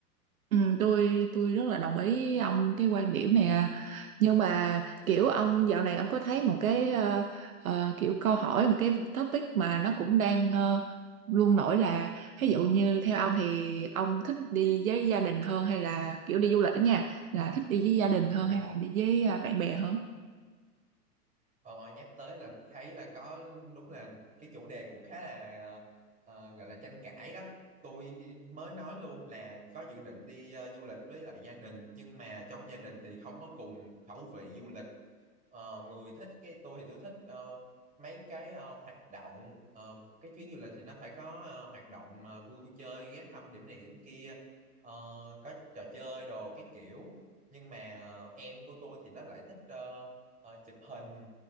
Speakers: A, on the right; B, on the right.
A: Ừm, tôi tui rất là đồng ý ông cái quan điểm này à. Nhưng mà, kiểu, ông dạo này ông có thấy một cái, ơ, ờ, kiểu, câu hỏi, một cái topic mà nó cũng đang, ơ, luôn nổi là ví dụ như theo ông thì ông thích đi với gia đình hơn hay là, kiểu, đi du lịch á nha, là thích đi với gia đình hơn
B: Ừm.
A: hay là đi với, a, bạn bè hơn?
B: Ờ, nhắc tới là thấy là có đúng là cái chủ đề cũng khá là, ờ, ờ, gọi là, tranh cãi đó. Tôi mới nói luôn là có dự định đi, ơ, du lịch với lại gia đình, nhưng mà trong gia đình thì không có cùng khẩu vị du lịch. Ờ, người thích cái tôi thì tôi thích, ờ, mấy cái, ơ, hoạt động, ờ, cái chuyến du lịch thì nó phải có, ờ, hoạt động, ờ, vui chơi, ghé thăm điểm này điểm kia, ờ, có trò chơi đồ các kiểu. Nhưng mà ờ, em của tôi thì nó lại thích, ơ, ờ, chụp hình